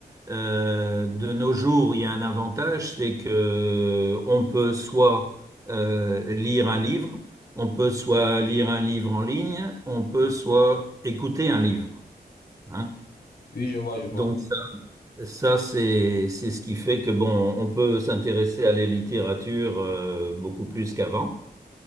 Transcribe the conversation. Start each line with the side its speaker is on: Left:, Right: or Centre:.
Right: euh, de nos jours, il y a un avantage, c'est que on peut soit euh, lire un livre, on peut soit lire un livre en ligne, on peut soit écouter un livre. hein.
Left: Oui, je vois, je vois.
Right: Donc ça, ça c'est c'est ce qui fait que bon, on peut s'intéresser à la littérature euh, beaucoup plus qu'avant.